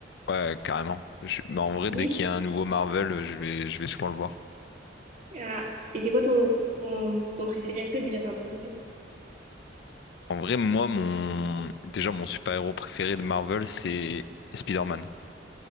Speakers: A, on the left (about 65°); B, on the right (about 40°).
A: Ouais, carrément. Je- bah, en vrai,
B: Oui.
A: dès qu'il y a un nouveau Marvel, euh, je vais, je vais souvent le voir.
B: Ah. Et c'est quoi ton, ton, ton préféré? Est-ce que déjà t'as un préféré?
A: En vrai, moi, mon... déjà, mon super-héros préféré de Marvel, c'est Spider-Man.